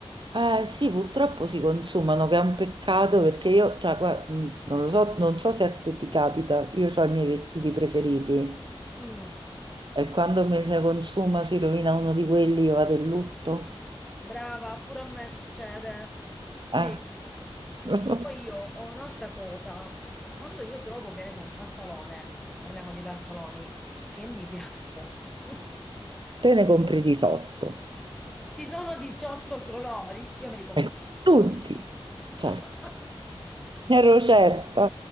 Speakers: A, on the right; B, in the centre.
A: Eh sì, purtroppo si consumano, che è un peccato perché io, cioè, gua- mm, non lo so, non so se a te ti capita, io ho i miei vestiti preferiti
B: Mm.
A: e quando mi si consuma, si rovina uno di quelli, io vado in lutto.
B: Brava, pure a me succede. Sì.
A: Eh? <laughs>
B: Poi io ho un'altra cosa. Quando io trovo, che ne so, un pantalone, ecco, parliamo dei pantaloni, che mi piace. <laughs>
A: Te ne compri 18.
B: Ci sono 18 colori, io me li compro
A: Eh,
B: tutti.
A: Tutti,
B: <laughs>
A: Cioè, ne ero certa.